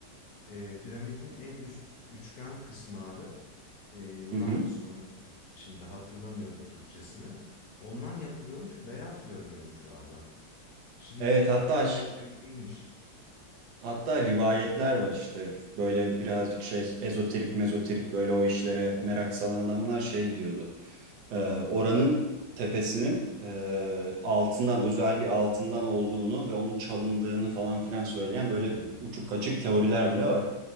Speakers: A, on the left; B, on the right.
A: E, piramidin en üst üçgen kısmı abi e, limestone
B: Hı hı.
A: şimdi hatırlamıyorum Türkçesini. Ondan yapılıyormuş beyaz görünüyormuş abi. Şimdiki
B: Evet
A: gibi
B: hatta ş-
A: tek renkliymiş.
B: Hatta rivayetler var işte böyle birazcık şey ezoterik mezoterik böyle o işlere merak salan adamlar şey diyordu. Ee, oranın tepesinin e, altından özel bir altından olduğunu ve onun çalındığını falan filan söyleyen
A: Hmm,
B: böyle uçuk kaçık teoriler bile var.